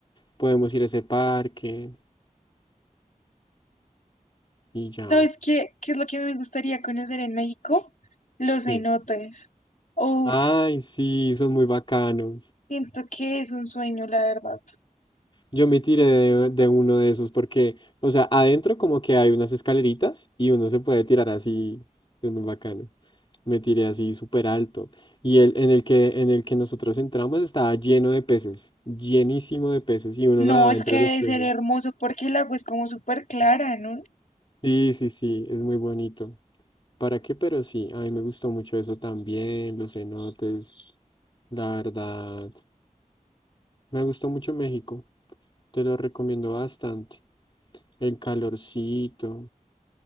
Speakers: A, on the left; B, on the left.
A: Podemos ir a ese parque y ya.
B: ¿Sabes qué? ¿Qué es lo que me gustaría conocer en México? Los
A: ¿Qué?
B: cenotes. Uf,
A: Ay, sí, son muy bacanos.
B: siento que es un sueño, la verdad.
A: Yo me tiré de, de uno de esos porque, o sea, adentro como que hay unas escaleritas y uno se puede tirar así, es muy bacano. Me tiré así súper alto. Y el en el que, en el que nosotros entramos estaba lleno de peces, llenísimo de peces y uno
B: No,
A: nadaba
B: es
A: entre
B: que debe
A: los peces.
B: ser hermoso porque el agua es como súper clara, ¿no?
A: Sí, sí, sí, es muy bonito. ¿Para qué? Pero sí, a mí me gustó mucho eso también, los cenotes, la verdad. Me gustó mucho México, te lo recomiendo bastante. El calorcito.